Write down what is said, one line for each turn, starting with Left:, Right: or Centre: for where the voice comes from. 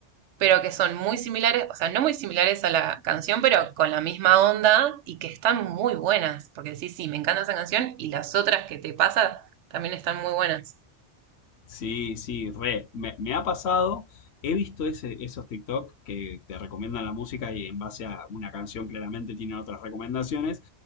Right: pero que son muy similares, o sea, no muy similares a la canción, pero con la misma onda y que están muy buenas. Porque sí, sí, me encanta esa canción y las otras que te pasa también están muy buenas.
Left: Sí, sí, re. Me, me ha pasado, he visto ese- esos TikTok que te recomiendan la música y en base a una canción claramente tienen otras recomendaciones.